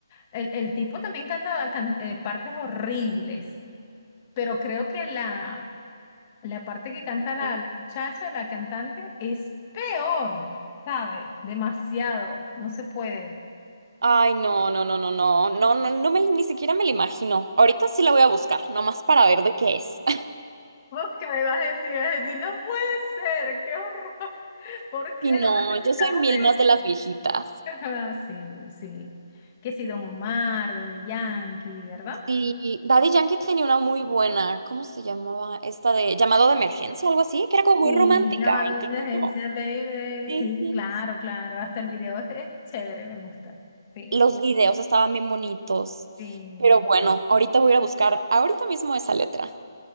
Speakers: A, on the left (about 25°); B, on the right (about 70°).
A: el, el tipo también canta can- eh, partes horribles, pero creo que la, La parte que canta la,
B: Ah.
A: la muchacha, la cantante, es peor, ¿sabe? Demasiado, no se puede.
B: Ay, no, no, no, no, no, no, no, no me, ni siquiera me la imagino. Ahorita sí la voy a buscar, nomás para ver de qué es.
A: ¿Vos qué me vas a decir? Vas a decir, no puede ser, qué horror. <laughs> ¿Por qué
B: Y
A: no
B: no,
A: necesitamos
B: yo soy mil
A: de
B: más de
A: esto?
B: las viejitas.
A: <laughs> Ah, Sí, sí. Que si Don Omar, de Yankee, ¿verdad?
B: Sí, Daddy Yankee tenía una muy buena, ¿cómo se llamaba? Esta de llamado de emergencia, algo así, que era como
A: Sí,
B: muy romántica,
A: llamada
B: incluso.
A: de emergencia, baby.
B: Sí.
A: Sí, claro, claro. Hasta el video es, es chévere, me gusta. Sí,
B: Los videos estaban bien bonitos.
A: sí.
B: Pero bueno, ahorita voy a ir a buscar ahorita mismo esa letra.